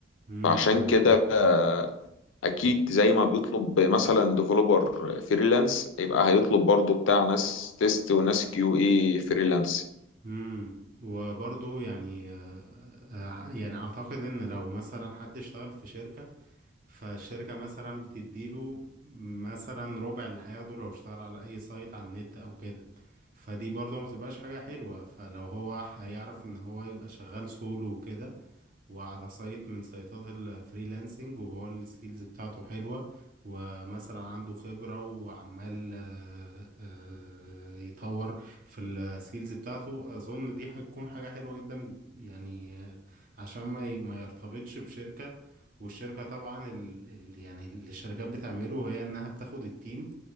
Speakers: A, on the right (about 45°); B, on the left (about 80°).
A: امم
B: فعشان
A: فاهم
B: كده آه، اكيد زي ما بيطلب مثلا ديفلوبر فريلانس يبقى هيطلب برضو بتاع ناس تيست وناس كيو اي فريلانس
A: امم وبرضه يعني آه، آه، يعني اعتقد ان لو مثلا حد اشتغل في شركة فالشركة مثلا بتديله مثلا ربع اللي هياخده لو اشتغل على أي سايت على النت أو كده فدي برضه ما بتبقاش حاجة حلوة فلو هو هيعرف إن هو يبقى شغال سولو وكده وعلى سايت من سايتات الفريلانسنج وهو السكيلز بتاعته حلوة ومثلا عنده خبرة وعمال آه، آه، يطور في السكيلز بتاعته أظن دي هتكون حاجة حلوة جدا يعني آه، عشان ما ي- ما يرتبطش بشركة والشركة طبعا ال... ال... يعني اللي الشركات بتعمله هي إنها بتاخد التيم